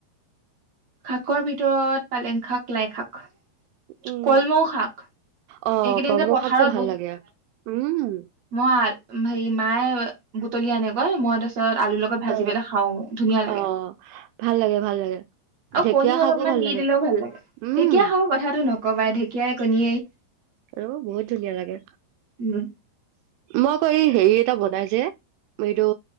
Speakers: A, on the right; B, on the right.
A: শাকৰ ভিতৰত পালেং শাক লাই শাক।
B: উম
A: কলমৌ শাক।
B: অ
A: এইকেইদিন
B: কৰ্মশাগটো
A: যে পথাৰত
B: ভাল লাগে উম।
A: ভ মায়ে বুটলি আনে। মই তাৰপিছত আলুৰ লগত ভাজি
B: অ
A: পেলাই খাওঁ। ধুনীয়া লাগে
B: অ ভাল লাগে ভাল লাগে
A: আৰু
B: ঢেকীয়া
A: কণী
B: শাকো
A: অলপমান
B: ভাল
A: নি
B: লাগে
A: দিলেও ভাল লাগে
B: উম
A: ঢেকীয়া খাওঁ কথাটো নক। ককবাই ঢেকীয়াই কণী।
B: অ বহুত ধুনীয়া লাগে
A: উম
B: মই কৰি। হেৰি এটা বনাইছে। এইটো